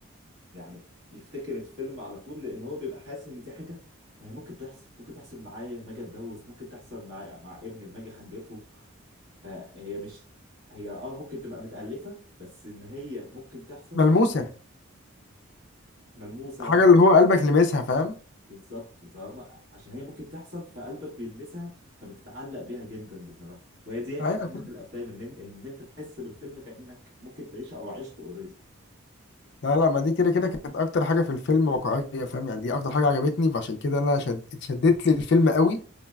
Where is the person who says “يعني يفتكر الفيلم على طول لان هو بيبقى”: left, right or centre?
Right